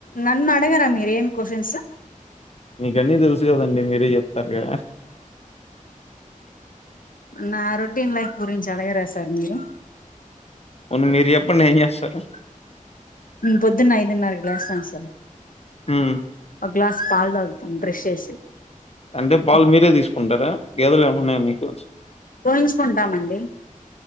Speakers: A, on the left (about 75°); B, on the left (about 45°).
A: నన్ను అడగరా మీరు ఏం క్వశ్చన్స్.
B: మీకన్నీ తెలుసు కదండి మీరే చెప్తారు గా
A: నా రొటీన్ లైఫ్ గురించి అడగరా సార్ మీరు,
B: అవును మీరు చెప్పండి ఏం చేస్తారు
A: పొద్దున్న ఐదున్నరకి లేస్తాను సార్.
B: ఉమ్
A: ఒక గ్లాస్ పాలు తాగుతాను బ్రెష్ చేసి
B: అంటే పాలు
A: ఒక
B: మీరే తీసుకుంటారా గేదెలు ఏమున్నాయా మీకు
A: పోయించుకుంటామండి